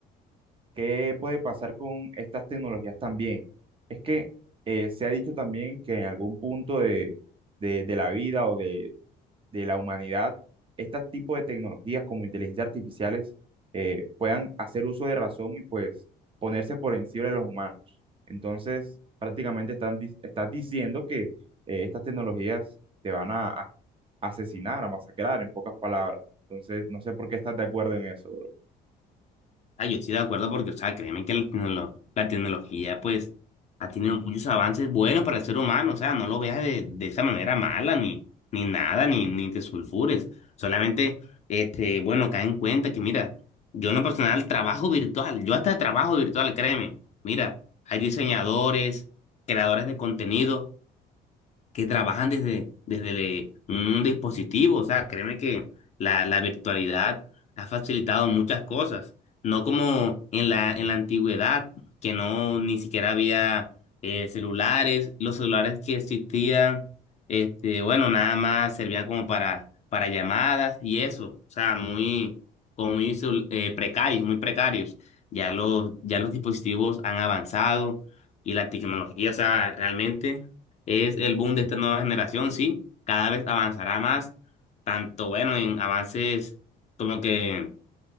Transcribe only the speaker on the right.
¿Qué puede pasar con estas tecnologías también? Es que eh, se ha dicho también que en algún punto de, de- de la vida o de, de la humanidad, estos tipos de tecnologías como inteligencia artificiales eh, puedan hacer uso de razón y pues ponerse por encima de los humanos. Entonces, prácticamente están, di- estás diciendo que eh, estas tecnologías te van a, a asesinar, a masacrar, en pocas palabras. Entonces, no sé por qué estás de acuerdo en eso.